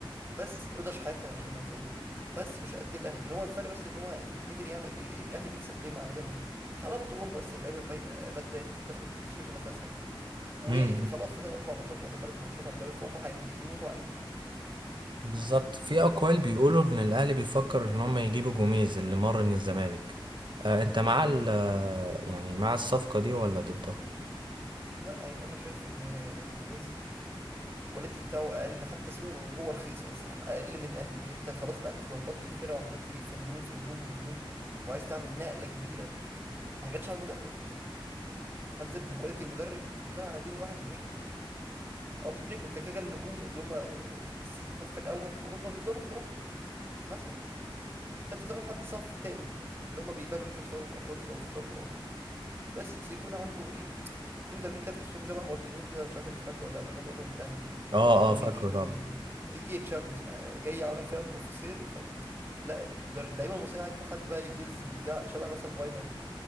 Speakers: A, on the right; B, on the right.
A: بس ورضا شحاته عشان ما نسووش بس مش قد الاهلي يعني هو الفرق بس ان هو يعني قدر يعمل ايه الاهلي بيكسب ليه مع عماد النحاس حلاوه روح بس اللعيبه فايقه بدات تاخد تشم نفسها وخلاص
B: رايك
A: فاضل اربع ماتشات ولا ثلاث ماتشات على الدوري فهم هيم- بيموتوا عليهم
B: بالظبط في اقوال بيقولوا ان الاهلي بيفكر ان هم يجيبوا جوميز اللي مر من الزمالك آه انت مع ال آه، يعني مع الصفقه دي ولا ضدها
A: لا يعني انا شايف ان جوميز الكواليتي بتاعه اقل حتى سوق هو رخيص اصلا اقل من الاهلي يعني انت خلاص بقى انت ظبطت الفرقه وعمال تجيب في نجوم في نجوم في نجوم وعايز تعمل نقله كبيره ما جاتش على المدرب هنزل بكواليتي المدرب لا عايزين واحد نجم او مش نجم انت كده كده النجوم اللي هم الصف الاول في اوروبا بيفضلوا في اوروبا مثلا فانت تاخد حد صف تاني اللي هم بيقبلوا يجوا يشتغلوا في افريقيا او في الشرق الاوسط بس يكون عنده ايه في مدربين كده تحسهم شبه مارتينيول كده أنا مش عارف انت فاكره ولا لا اللي جه مره الاهلي
B: اه
A: كان
B: اه فاكره
A: بيجي
B: طبعا
A: يجي يتشمس مع جاي عامل فيها بروفيسور ف لا المدرب اللعيبه المصريه عايزه حد بقى يجز ويزعق شبه مثلا فايلر